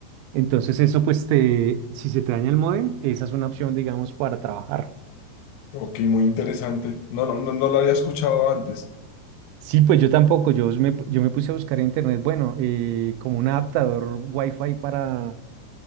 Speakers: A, on the right; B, on the left.
A: entonces eso pues te, si se te daña el módem, esa es una opción digamos para trabajar.
B: Ok, muy interesante. No, lo- no, no lo había escuchado antes.
A: Sí, pues yo tampoco, yo me, pu- yo me puse a buscar en internet, bueno, eh, como un adaptador Wi-Fi para,